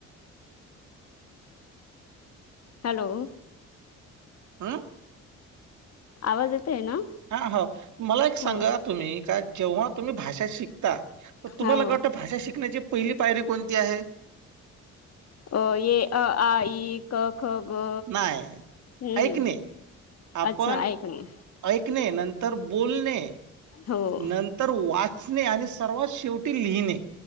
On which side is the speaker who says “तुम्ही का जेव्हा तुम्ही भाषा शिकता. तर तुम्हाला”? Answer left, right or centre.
Right